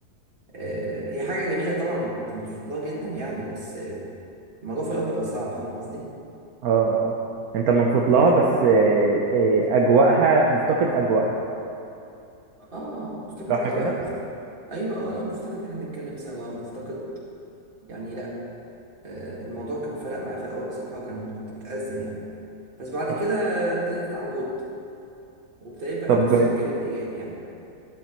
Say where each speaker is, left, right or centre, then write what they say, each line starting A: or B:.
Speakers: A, on the right (about 35°); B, on the right (about 70°).
A: آه، هي حاجة جميلة طبعا أنا كنت مبسوط لها جدا يعني بس الموضوع في الأول بيبقى صعب فاهم قصدي؟
B: اه اه أنت مبسوط
A: آه,
B: لها بس آه، آه، أجواءها مفتقد أجواءها
A: آه مفتقد
B: صح
A: أجواءها
B: كده؟
A: مفتقد أيوة آه لا مفتقد إن إحنا نتكلم سوا مفتقد يعني لا آه الموضوع كان فرق معايا في الأول بصراحة وكان كنت متأزم يعني بس بعد
B: آه.
A: كده ابتديت أتعود وابتديت بقى
B: طب
A: أبص للجانب الإيجابي يعني